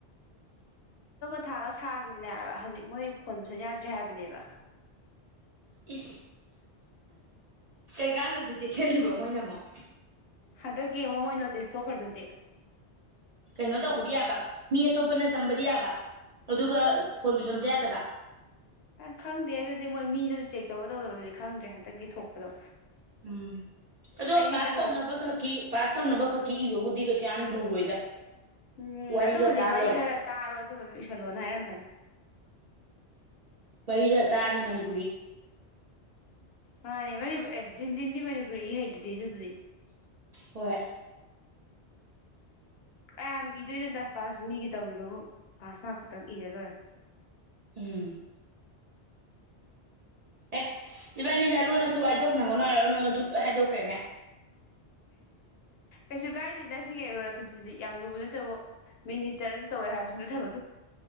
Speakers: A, on the left; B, on the right.
A: ꯊꯥꯒ ꯁꯥꯒꯤꯈꯤꯕꯅꯦ ꯍꯥꯏꯕ ꯍꯧꯖꯤꯛ ꯃꯣꯏ ꯐꯣꯟ ꯄꯨꯁꯟ ꯌꯥꯗ꯭ꯔꯦ ꯍꯥꯏꯕꯅꯦꯕ
B: ꯏ ꯀꯩꯀꯥꯟꯗꯕꯗꯤ ꯆꯦꯛꯁꯤꯜꯂꯤꯕ ꯃꯣꯏꯅ ꯑꯃꯨꯛ
A: ꯍꯟꯗꯛꯀꯤ ꯃꯃꯣꯏꯅꯣꯗꯤꯗꯤ ꯁꯣꯛꯈ꯭ꯔꯗꯨꯗꯤ
B: ꯀꯩꯅꯣ ꯇꯧꯕꯗꯤ ꯌꯥꯕ ꯃꯤ ꯑꯇꯣꯞꯄꯅ ꯆꯪꯕꯗꯤ ꯌꯥꯕ ꯑꯗꯨꯒ ꯐꯣꯟ ꯄꯦꯁꯟꯗ ꯌꯥꯗꯕ
A: ꯈꯪꯗꯦ ꯑꯗꯨꯗꯤ ꯃꯣꯏ ꯃꯤꯗꯨꯗꯤ ꯆꯦꯛ ꯇꯧꯕ ꯇꯧꯗꯕꯗꯨꯗꯤ ꯈꯪꯗ꯭ꯔꯦ ꯍꯟꯗꯛꯀꯤ ꯊꯣꯛꯄꯗꯣ
B: ꯎꯝ ꯑꯗꯣ
A: ꯑꯩ
B: ꯄꯥꯁ
A: ꯍꯟꯗꯛ ꯀꯩꯅꯣ
B: ꯇꯧꯅꯕ ꯈꯛꯀꯤ ꯄꯥꯁ ꯇꯧꯅꯕ ꯈꯛꯀꯤ ꯏꯕꯕꯨꯗꯤ ꯀꯩꯁꯨ ꯌꯥꯝ ꯂꯨꯔꯣꯏꯗ
A: ꯎꯝ
B: ꯋꯥꯔꯤꯒ
A: ꯑꯗꯨꯕꯨꯗꯤ
B: ꯇꯥ
A: ꯋꯥꯔꯤ
B: ꯂꯣꯏꯔꯦ
A: ꯈꯔ ꯇꯥꯔꯣ ꯑꯗꯨꯒ ꯑꯗꯨꯝ ꯏꯁꯜꯂꯣꯅ ꯍꯥꯏꯔꯝꯕꯅꯤ
B: ꯐꯔ ꯇꯥꯔꯅꯤ ꯃꯅꯤ
A: ꯃꯥꯅꯦ ꯃꯅꯤ ꯑꯦ ꯤꯟꯤꯟꯗꯤ ꯃꯅꯤꯄꯨꯔꯔꯤ ꯍꯩꯗꯗꯤ ꯏꯔꯗꯨꯗꯤ
B: ꯍꯣꯏ
A: ꯑꯌꯥꯝ ꯏꯗꯣꯏꯅꯣꯗ ꯄꯥꯁ ꯃꯤꯒꯤ ꯇꯧꯕꯤꯕꯕꯨ ꯄꯥꯁ ꯃꯥ ꯈꯛꯇꯪ ꯏꯔ ꯂꯣꯏꯔ
B: ꯎꯝ ꯑꯦ ꯏꯕꯥꯅꯤꯗꯔꯣꯅ ꯊꯨꯕꯥꯏꯏꯗꯣꯛꯅꯪ ꯑꯣꯔ ꯂꯣꯏ ꯍꯥꯏꯗꯣꯛꯈ꯭ꯔꯦꯅꯦ
A: ꯀꯩꯁꯨ ꯀꯥꯏꯗꯦꯗ ꯁꯤꯒꯤ ꯑꯩꯔꯣ ꯑ ꯊꯨꯁꯤꯗꯤ ꯌꯥꯝ ꯂꯨꯕ ꯅꯠꯇꯕꯨ ꯃꯤꯅꯤꯁꯇꯔ ꯑꯗꯨ ꯇꯧꯋꯦ ꯍꯥꯏꯕ ꯊꯕꯣ